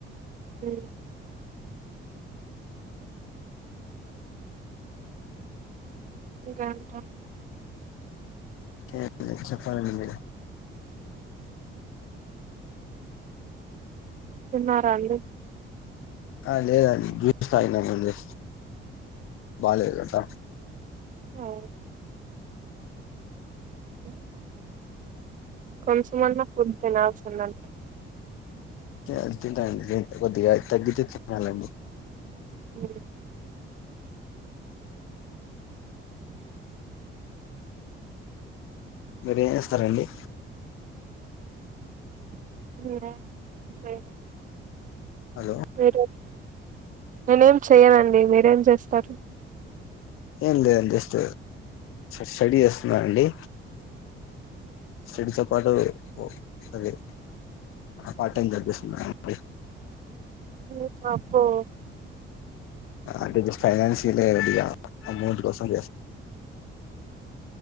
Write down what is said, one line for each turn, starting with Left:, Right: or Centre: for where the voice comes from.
Right: హు గంట
Left: కే చెప్పరలు మీ
Right: తిన్నారండి
Left: ఆ లేదండి జ్యూస్ తాగినానండి బాలేద కదా
Right: అవును <unintelligible> కొంచమన్న ఫుడ్ తినాల్సి ఉంది
Left: ఆ తింటానండి కొద్దిగా తగ్గించి తింటాను
Right: అ
Left: బిర్యానీ ఇస్తారండి
Right: ఉ
Left: హలో
Right: మీరు నేనేం చెయ్యనండి మీరేం చేస్తారు
Left: ఏం లేదుండి జస్ట్ స్టడీ చేస్తున్నానండి స్టడీస్ తో పాటు అదే పార్ట్ టైమ్ జాబ్ చేస్తున్నానండి
Right: ఓ అబ్బో
Left: అంటే ఫైనాన్షిల్ గా రెడి గావాల అమౌంట్ కోసం